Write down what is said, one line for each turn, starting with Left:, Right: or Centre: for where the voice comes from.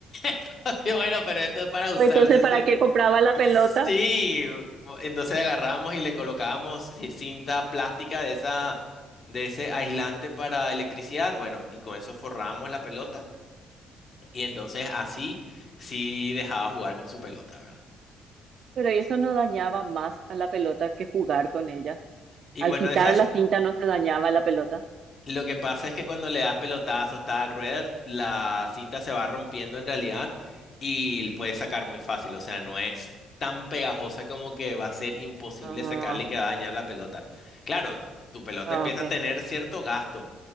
Left: <laughs> Y bueno, pero esto es para usarse,
Right: Pues Entonces, ¿para
Left: sí.
Right: qué compraba la pelota?
Left: Sí, bu- entonces agarramos y le colocábamos ci- cinta plástica de esa, de ese aislante para electricidad, bueno, y con eso forramos la pelota y entonces así sí dejaba jugar con su pelota, ¿verdad?
Right: Pero eso no dañaba más a la pelota que jugar con ella.
Left: Y
Right: Al
Left: bueno,
Right: quitar
Left: esa
Right: la cinta no se dañaba la pelota.
Left: Lo que pasa es que cuando le das pelotazos, tal rueda, la cinta se va rompiendo en realidad y le puedes sacar muy fácil. O sea, no es tan pegajosa como que va a ser imposible
Right: Ah,
Left: sacarle y que va a dañar la pelota. Claro, tu pelota
Right: ah,
Left: empieza
Right: ok.
Left: a tener cierto gasto,